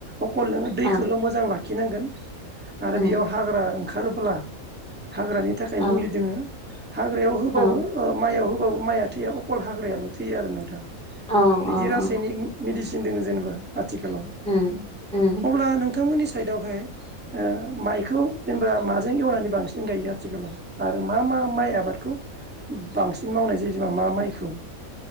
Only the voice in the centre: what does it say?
औ
उम
औ
औ
औ
औ
औ
उम उम